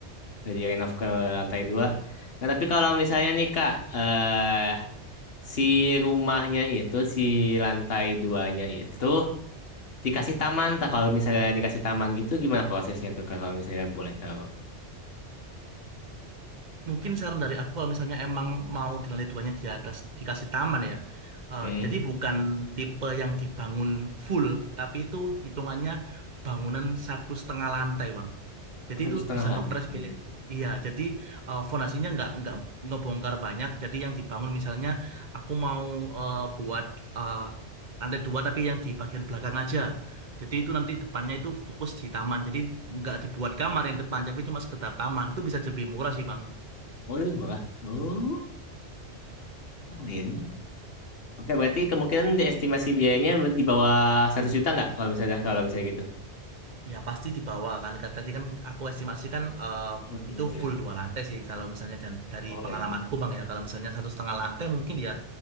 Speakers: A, on the left (about 60°); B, on the right (about 40°).
A: Dari renov ke lantai dua. Nah, tapi kalau misalnya nih, Kak, eh si rumahnya itu, si lantai duanya itu, Dikasih taman, tak kalau misalnya dikasih taman gitu gimana prosesnya tuh Kak, kalau misalnya boleh tahu?
B: Mungkin saran dari aku kalau misalnya emang mau di lantai duanya di atas dikasih taman ya. Eh,
A: Hmm.
B: jadi bukan tipe yang dibangun full, tapi itu hitungannya bangunan satu setengah lantai, Bang. Jadi
A: Oh, satu
B: itu
A: setengah
B: bisa
A: lantai.
B: ngepres
A: Hmm.
B: biaya. Iya, jadi eh, fondasinya nggak nggak ngebongkar banyak. Jadi yang dibangun misalnya aku mau eh, buat eh, lantai dua tapi yang di bagian belakang aja. Jadi itu nanti depannya itu fokus di taman. Jadi nggak dibuat kamar yang depan, tapi cuma sekedar taman. Itu bisa lebih murah sih, Bang.
A: Oh, lebih murah. Oh, lumayan nih. Oke, berarti kemungkinan di estimasi biayanya di bawah satu juta nggak kalau misalnya kalau misalnya gitu?
B: Ya pasti di bawah kan. Karena Tadi kan aku estimasikan eh,
A: Oh,
B: itu
A: ya.
B: full dua lantai sih. Kalau misalnya dan dari
A: Oh,
B: pengalamanku
A: ya itu.
B: bang ya, kalau misalnya satu setengah lantai mungkin ya